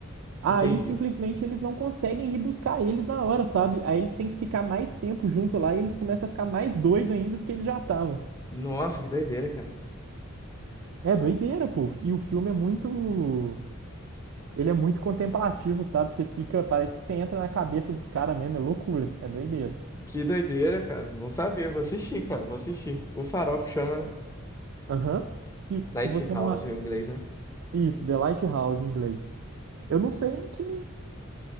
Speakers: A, on the right; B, on the left.
A: Aí
B: Entendi.
A: simplesmente eles não conseguem ir buscar eles na hora, sabe? Aí eles têm que ficar mais tempo junto lá e eles começam a ficar mais doido ainda do que eles já estavam.
B: Nossa, que doideira, cara.
A: É doideira, pô. E o filme é muito, ele é muito contemplativo, sabe? Você fica, parece que você entra na cabeça dos caras mesmo, é loucura, é doideira.
B: Que doideira, cara. Bom saber. Vou assistir, cara. Vou assistir. O Farol que chama
A: Aham. Se, se
B: Lighthouse
A: você não. a-
B: em inglês, né?
A: Isso, The Lighthouse em inglês. Eu não sei em que,